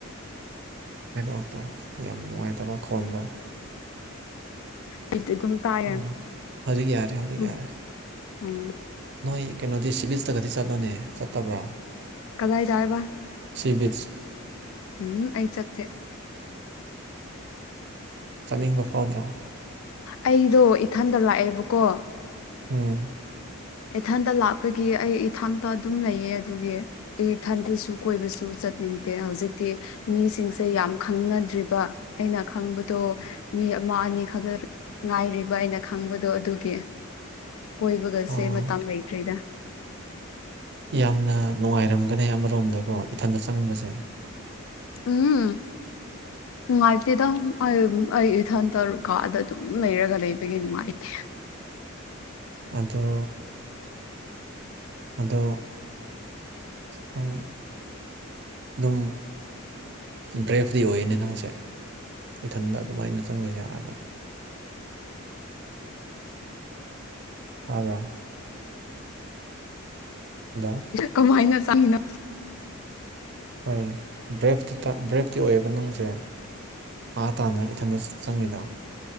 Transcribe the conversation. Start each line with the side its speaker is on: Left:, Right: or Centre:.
Right: ꯅꯦꯠꯋꯔꯇꯣ ꯌꯥꯝ ꯅꯨꯡꯉꯥꯏꯇꯕ ꯈꯣꯟꯗꯣ
Left: ꯗꯤ ꯑꯗꯨꯝ ꯇꯥꯏꯌꯦ
Right: ꯎꯝ ꯍꯧꯖꯤꯛ ꯌꯥꯔꯦ ꯍꯧꯖꯤꯛ
Left: ꯎꯝ
Right: ꯌꯥꯔꯦ ꯅꯣꯏ ꯀꯩꯅꯣꯗꯤ ꯁꯤꯚꯜꯁꯇꯒꯗꯤ ꯆꯠꯂꯣꯅꯦ ꯆꯠꯇꯕ꯭ꯔꯣ
Left: ꯀꯗꯥ ꯏꯗꯑꯕ
Right: ꯁꯤꯕꯤꯁ
Left: ꯎꯝ ꯑꯩ ꯆꯠꯦ
Right: ꯆꯠꯅꯤꯡꯕ ꯐꯥꯎꯗ꯭ꯔꯣ
Left: ꯑꯩꯗꯣ ꯏꯊꯟꯗ ꯂꯥꯛꯑꯦꯕꯀꯣ
Right: ꯎꯝ
Left: ꯏꯊꯟꯇ ꯂꯥꯛꯄꯒꯤ ꯑꯩ ꯏꯊꯟꯇ ꯑꯗꯨꯝ ꯂꯩꯌꯦ ꯑꯗꯨꯒꯤ ꯑꯦ ꯊꯟꯗꯜꯁꯨ ꯀꯣꯏꯕꯁꯨ ꯆꯠꯅꯤꯡꯗꯦ ꯍꯧꯖꯤꯛꯇꯤ ꯃꯤꯁꯤꯡꯁꯦ ꯌꯥꯝ ꯈꯪꯅꯗ꯭ꯔꯤꯕ ꯑꯩꯅ ꯈꯪꯕꯗꯣ ꯃꯤ ꯑꯃ ꯑꯅꯤ ꯈꯛꯇ ꯉꯥꯏꯔꯤꯕ ꯑꯩꯅ ꯈꯪꯕꯗꯣ ꯑꯗꯨꯒꯤ ꯀꯣꯏꯕꯒ
Right: ꯑꯣ
Left: ꯆꯦꯟ ꯃꯇꯝ ꯂꯩꯇ꯭ꯔꯤꯗ
Right: ꯌꯥꯝꯅ ꯅꯨꯡꯉꯥꯏꯔꯝꯒꯅꯤ ꯑꯃꯔꯣꯝꯗꯀꯣ ꯏꯊꯟꯗ ꯆꯪꯕꯁꯦ
Left: ꯎꯝ ꯅꯨꯡꯉꯥꯏꯇꯦꯗꯪ ꯑꯩ ꯑꯩ ꯏꯊꯟꯇ ꯀꯥꯗ ꯗꯨꯝ ꯂꯩꯔꯒ ꯂꯩꯕꯒꯤ ꯅꯨꯡꯉꯥꯏꯇꯦ
Right: ꯑꯗꯣ ꯑꯗꯣ ꯅꯪ ꯗꯨꯝ ꯕ꯭ꯔꯦꯞꯇꯤ ꯑꯣꯏꯌꯦꯅꯦ ꯅꯪꯁꯦ ꯏꯊꯟꯗ ꯑꯗꯨꯃꯥꯏꯅ ꯆꯪꯉꯤꯁꯦ ꯑꯥꯗ ꯇꯥꯕ꯭ꯔꯥ ꯍꯜꯂꯣ
Left: ꯀꯃꯥꯏꯅ ꯆꯪꯉꯤꯅꯣ
Right: ꯍꯣꯏ ꯕ꯭ꯔꯦꯞꯇꯤ ꯇ ꯕ꯭ꯔꯦꯞꯇꯤ ꯑꯣꯏꯌꯦꯕ ꯅꯪꯁꯦ ꯑꯥ ꯇꯥꯟꯅ ꯏꯊꯟꯗ ꯆꯪꯉꯤꯗꯣ